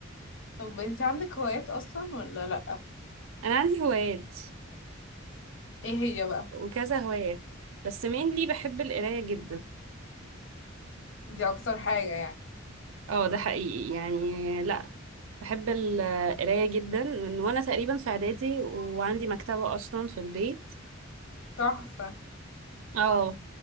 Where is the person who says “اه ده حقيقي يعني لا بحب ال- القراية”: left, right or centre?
Right